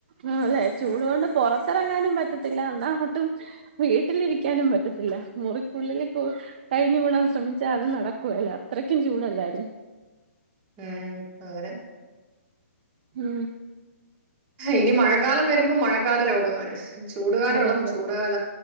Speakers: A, on the right (about 40°); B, on the right (about 20°).
A: ആ അല്ലെ ചൂട് കൊണ്ട് പുറത്തിറങ്ങാനും പറ്റത്തില്ല എന്നാ ഒട്ടും വീട്ടിലിരിക്കാനും പറ്റത്തില്ല മുറിക്കുള്ളില് കഴിഞ്ഞ് കൂടാൻ ശ്രമിച്ചാ അത് നടക്കുവേല അത്രക്കും ചൂടല്ലായിരുന്നോ
B: ഉം അങ്ങനെ
A: ഉം
B: ഇനി മഴക്കാലം വരുമ്പോ മഴക്കാല രോഗങ്ങൾ ചൂടുകാലം
A: അതെ
B: ഉള്ളപ്പോ
A: അതെ
B: ചൂടുകാല